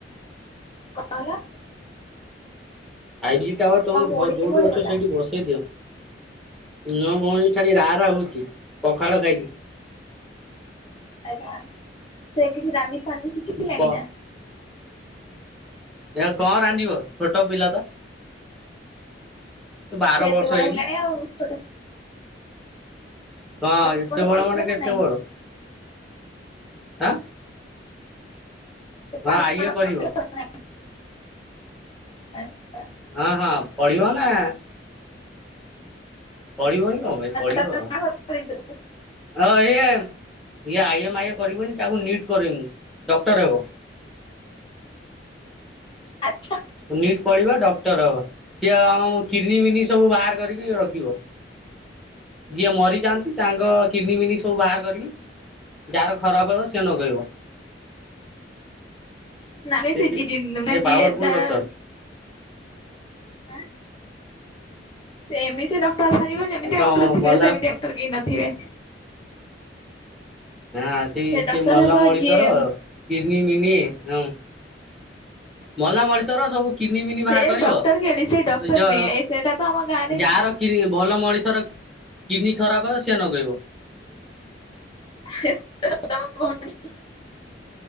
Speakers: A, on the left; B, in the centre.
A: କଣ ହେଲା?
B: ଫାଇବ ଜି ଟାୱାର ତମ
A: ଭଉଣୀ
B: ଘର ଯୋଉଠି
A: କୁଆଡେ
B: ଅଛ
A: ଗଲା
B: ସେଇଠି ବସେଇ ଦିଅ। ନୋ ଭଉଣୀ ଖାଲି ରା ରା ହଉଛି ପଖାଳ ଖାଇକି।
A: ଆଜ୍ଞା ସେ କିଛି ରାନ୍ଦି ଫାନ୍ଦି ସିଖି ଲେଣି
B: ପ
A: ନା?
B: ଏ ଆଉ କଣ ରାନ୍ଧିବ ଛୋଟ ପିଲା ତ ବାର
A: ସେ ଏତେ
B: ବର୍ଷ
A: ବଡ
B: ହେଇନି।
A: ହେଲାଣି ଆଉ ଛୋଟ
B: ହଁ
A: ପାଠ
B: ଏତେ
A: ପାଠ
B: ବଡ଼
A: ପଢିବ
B: ମାନେ କେତେ
A: ନା ନାଇଁ
B: ବଡ଼ ଆଁ
A: <unintelligible>
B: ହଁ ଇଏ କରିବ। ହଁ ହଁ ପଢି଼ବ ନା। ପଢି଼ବନି କଣ ପାଇଁ ପଢି଼ବ।
A: ତାର ବାହାଘର କରିଦବୁ।
B: ହଁ ଇଏ ଇଏ ଆଇଏମ୍ ଆଇ କରିବନି ତାକୁ ନିଟ୍ କରିମୁ ଡକ୍ଟର ହେବ।
A: ଆଚ୍ଛା
B: ନିଟ୍ ପଢି଼ବ ଡକ୍ଟର ହବ ସିଏ ଆମ କିଡନୀ ବିନି ସବୁ ବାହାର କରିକି ରଖିବ। ଯିଏ ମରି ଯାଆନ୍ତି ତାଙ୍କ କିିନିମିନି ସବୁ ବାହାର କରିକି। ଯାହାର ଖରାପ ହେବ ସେ ନଗେଇବ।
A: ନମେ
B: ସେଠି
A: ସେଜି ଜିନ୍ଦୁ ମେ
B: ଯେ
A: ଯିଏ
B: ପାୱାରଫୁଲ
A: ତାର
B: ଡକ୍ଟର
A: ହାଁ ସେ ଏମିତି ଡକ୍ଟର ବାହାରିବ ଯେମିତି
B: ଏ କଣ
A: ଆମ ପୃଥିବୀରେ
B: ମଲା
A: ସେମିତି ଡକ୍ଟର କେହି ନଥିବେ
B: ହଁ ସେଇ ସେ
A: ଡକ୍ଟର
B: ମଲା
A: ହବ
B: ମଣିଷର
A: ଯିଏ
B: କିରନିମିନି ହଁ ମଲା ମଣିଷର ସବୁ କିିନିମିନି ବାହାର
A: ସେ
B: କରିବ
A: ଡକ୍ଟର କେଲି ସେ ଡକ୍ଟର
B: ଜ
A: ନୁହେଁ ଏ ସେଇଟା ତ ଆମ ଗାଁରେ
B: ଯାହାର କି ଭଲ ମଣିଷର କିଡ଼ନୀ ଖରାପ ସେ ନଗେଇବ
A: <unintelligible>